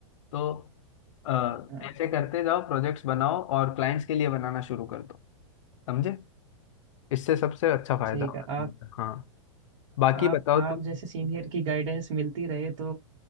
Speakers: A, on the left (about 70°); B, on the right (about 60°).
A: तो अ,
B: हाँ
A: ऐसे करते जाओ प्रोजेक्ट्स बनाओ और क्लाइंट्स के लिए बनाना शुरू कर दो समझे इससे सबसे अच्छा फायदा
B: ठीक
A: होगा
B: है
A: तुम्हारा
B: आप
A: हाँ बाकी
B: आप
A: बताओ
B: आप
A: तुम
B: जैसे सीनियर की गाइडेंस मिलती रहे तो